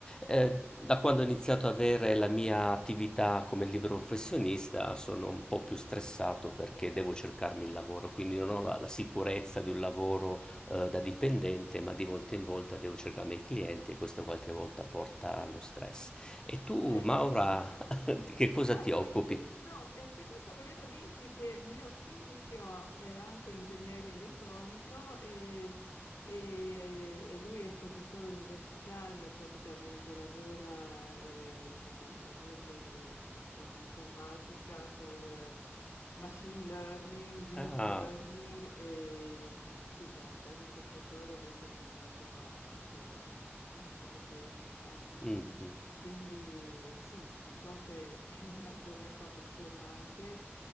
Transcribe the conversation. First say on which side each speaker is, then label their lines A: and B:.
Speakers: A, on the left; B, on the left.
A: Eh, da quando ho iniziato ad avere la mia attività come libero professionista sono un po' più stressato perché devo cercarmi il lavoro, quindi non ho la la sicurezza di un lavoro uhm, da dipendente, ma di volta in volta devo cercarmi i miei clienti e questo qualche volta porta allo stress. E tu,
B: Eh,
A: Maura,
B: immagino.
A: <laughs> di che cosa
B: Ma
A: ti
B: no,
A: occupi?
B: io pi- no, eh, piuttosto volevo dirti che mio figlio ha- è anche ingegnere elettronico e, e- e lui è professore universitario, praticamente lavora eh, sostanzialmente eh, con l'informatica, col machine learning, deep
A: Ah,
B: learning e mm, sì, da, da ricercatore adesso è passato a- proprio a- come professore associato,
A: mh-mh.
B: no? Quindi eh, sì, s- so che <laughs> un argomento appassionante